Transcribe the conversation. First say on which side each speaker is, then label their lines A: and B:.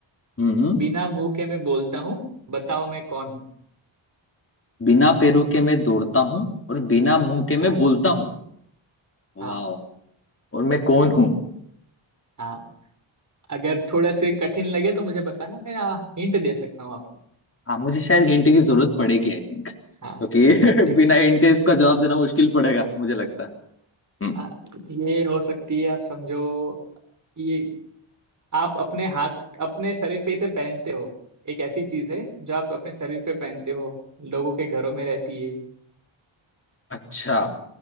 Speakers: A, on the left; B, on the right.
A: हम्म
B: बिना मुंह के मैं बोलता हूँ बताओ मैं कौन हूँ
A: बिना पैरों के मैं दौड़ता हूँ और बिना मुंह के मैं
B: हाँ
A: बोलता हूँ वाह
B: हाँ
A: और मैं कौन हूँ
B: हाँ अगर थोड़ा से कठिन लगे तो मुझे बताना मैं हाँ, हिंट दे सकता हूँ आपको
A: हाँ मुझे शायद हिंट की जरूरत पड़ेगी आई थिंक क्योंकि
B: हाँ देखो
A: <laughs> बिना हिंट के इसका जवाब देना मुश्किल पड़ेगा मुझे लगता है हम्म,
B: आ, ये हो सकती है आप समझो ये आप अपने हाथ अपने शरीर पे इसे पहनते हो एक ऐसी चीज है जो आप अपने शरीर पे पहनते हो लोगों के घरों में रहती है
A: अच्छा